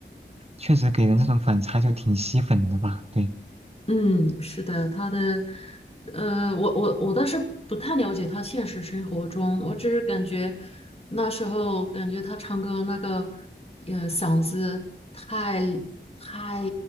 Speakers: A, on the right (about 35°); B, on the left (about 30°).
A: 确实给人这种反差就挺吸粉的吧，对。
B: 嗯，是的，他的，呃，我我我倒是不太了解他现实生活中，我只是感觉那时候感觉他唱歌那个，呃，嗓子太太